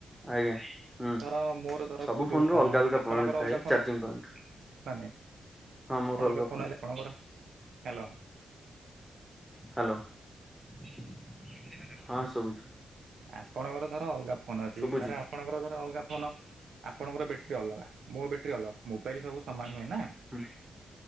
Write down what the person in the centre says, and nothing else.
ଆଜ୍ଞା ହୁଁ
ସବୁ
ର
ଅଲଗା ଅଲଗା
ପଏଣ୍ଟ ଥାଏ
ଚାର୍ଜିଂ ପଏଣ୍ଟ
ହଁ
ମୋର ଅଲଗା
ହ୍ୟାଲୋ, ହଁ, ଶୁଭୁଚି।
ଶୁଭୁଛି।
ହୁଁ